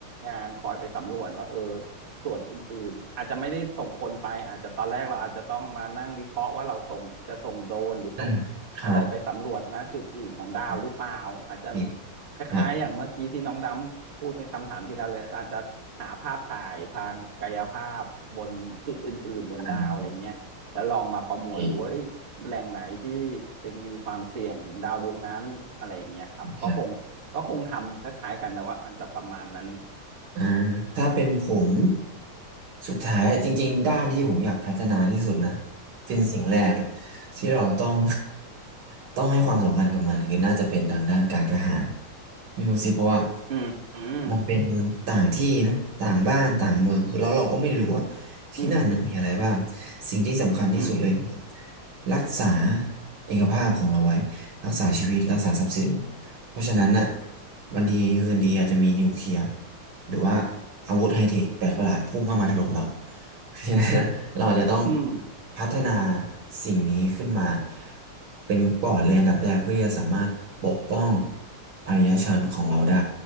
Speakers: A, on the right (about 35°); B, on the right (about 70°).
A: งานคอยไปสำรวจว่าเออส่วนอื่นๆอาจจะไม่ได้ส่งคนไปอาจจะตอนแรกเราอาจจะต้องมานั่งวิเคราะห์ว่าเราส่งจะส่งโดรนหรือส่งอะไรไปสำรวจนะจุดอื่นของดาวหรือเปล่าอาจจะ
B: อืมครับอืม
A: คล้ายๆอย่างเมื่อกี้ที่น้องดำพูดในคำถามที่แล้วเลยอาจจะหาภาพถ่ายทางกายภาพบนจุดอื่นๆบนดาวอะไรเงี้ยแล้วลองมาประมวลดูว่าเอ้ยแหล่งไหนที่
B: ครับอ่าโอเค
A: เป็นมีความเสี่ยงของดาวดวงนั้นอะไรอย่างเงี้ยครับก็คงก็คงทำคล้ายๆกันแต่ว่าอาจจะประมาณนั้น
B: ครับ อ่าถ้าเป็นผมสุดท้ายจริงๆด้านที่ผมอยากพัฒนาที่สุดนะเป็นสิ่งแรกที่เราต้อง <laughs> ต้องให้ความสำคัญกับมันคือน่าจะเป็นทางด้านการทหารไม่รู้สิเพราะว่า
A: อืมอืม
B: มันเป็นต่างที่นะต่างบ้านต่างเมืองคือแล้วเราก็ไม่รู้ว่าที่นั่นมันมีอะไรบ้าง
A: อืม
B: สิ่งที่สำคัญที่สุดเลยคือ
A: อืม
B: รักษาเอกภาพของเราไว้รักษาชีวิตรักษาทรัพย์สินเพราะฉะนั้นน่ะวันดีคืนดีอาจจะมีนิวเคลียร์ หรือว่าอาวุธไฮเทคแปลกประหลาดพุ่งเข้ามาถล่มเรา <laughs> เพราะฉะนั้นเราอาจจะต้อง
A: อืม
B: พัฒนาสิ่งนี้ขึ้นมาเป็นก่อนเลยอันดับแรกเพื่อที่จะสามารถปกป้องอารยชนของเราได้